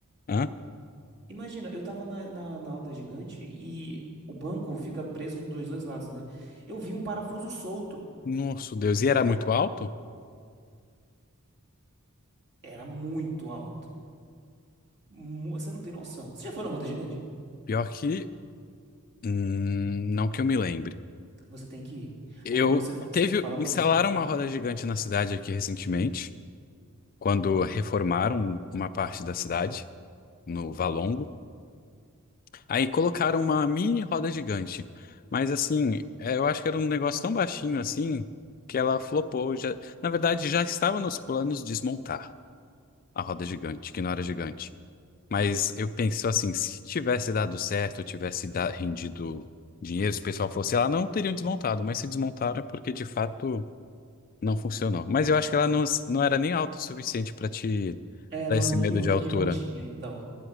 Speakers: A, on the left; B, on the right.
A: Hã?
B: imagina, eu tava na, na, na roda gigante e o banco fica preso de dois, dois lados, né? Eu vi um parafuso solto.
A: Nossa, Deus. E era muito
B: Eu,
A: alto?
B: era muito alto. Mu- Você não tem noção. Você já foi na roda gigante?
A: Pior que. hum, não que eu me lembre.
B: Você tem que ir.
A: Eu
B: Aí quando você for,
A: teve,
B: você fala pra
A: instalaram
B: mim.
A: uma roda gigante na cidade aqui recentemente, quando reformaram uma parte da cidade, no Valongo. Aí colocaram uma mini roda gigante. Mas assim, é, eu acho que era um negócio tão baixinho assim que ela flopou. Já, na verdade, já estava nos planos desmontar a roda gigante, que não era gigante. Mas eu penso assim, se tivesse dado certo, tivesse da- rendido dinheiro, se o pessoal fosse lá, não teriam desmontado, mas se desmontaram é porque de fato Não funcionou. Mas eu acho que ela não, não era nem alta o suficiente pra te
B: Era
A: dar
B: uma
A: esse
B: mini
A: medo
B: roda
A: de altura.
B: gigantinha, então.